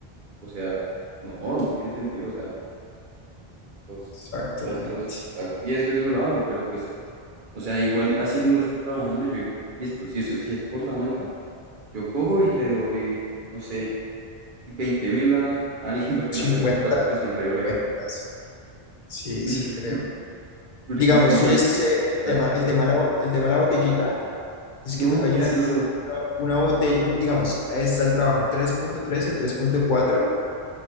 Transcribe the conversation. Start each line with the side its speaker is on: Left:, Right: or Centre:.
Right: o sea, no, no tiene sentido. O sea, los,
Left: Exactamente.
Right: casi los hago. 10 veces me lo hago, pero pues, o sea, igual así no esté trabajando, yo digo, listo, si, eso, si es por la nota. Yo cojo y le doy, no sé, veinte mil a, a alguien para que
Left: cincuenta
Right: me haga esos trabajos que son re
Left: cincuenta
Right: breves.
Left: Sí, sí,
Right: <laughs>
Left: sí, creo.
Right: Porque
Left: Digamos,
Right: es que igual,
Left: tú ya hiciste el
Right: a
Left: tema,
Right: ver,
Left: el tema, de la, bo- el tema de la botellita. Es
Right: no,
Left: que toca
Right: ¿qué
Left: llenar
Right: es eso?
Left: una, una botella, un- digamos, ahí está el trabajo tres punto tres el tres punto cuatro